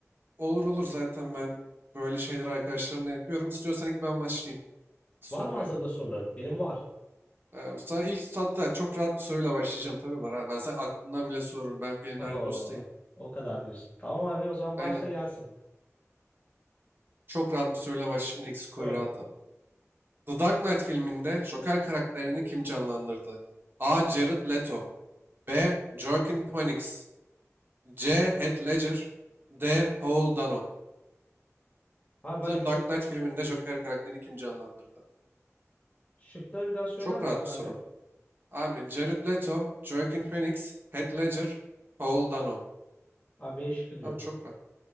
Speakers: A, on the right; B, on the left.
A: Olur olur zaten ben böyle şeyleri arkadaşlarımla yapıyorum. İstiyorsan ilk ben başlayayım sormaya.
B: Var mı hazırda soruların? Benim var.
A: Ee, sana ilk hatta çok rahat bir soruyla başlayacağım tabii var. Ha. Ben sana aklımdan bile sorurum. Ben filmlerde
B: Oo,
A: ustayım.
B: o kadar diyorsun. Tamam abi o zaman
A: Aynen.
B: başla gelsin.
A: Çok rahat bir soruyla başlayayım da ilk skoru
B: Söyle.
A: rahat al. The Dark Knight filminde Joker karakterini kim canlandırdı? A. Jared Leto B. Joaquin Phoenix C. Heath Ledger D. Paul Dano
B: Abi ben
A: The
B: jo
A: Dark Knight filminde Joker karakterini kim canlandırdı?
B: şıkları bir daha söyler
A: Çok
B: misin
A: rahat bir
B: abi?
A: soru. Abi Jared Leto, Joaquin
B: Hı hı.
A: Phoenix, Heath Ledger, Paul Dano.
B: Abi B şıkkı diyorum.
A: Tam çok var.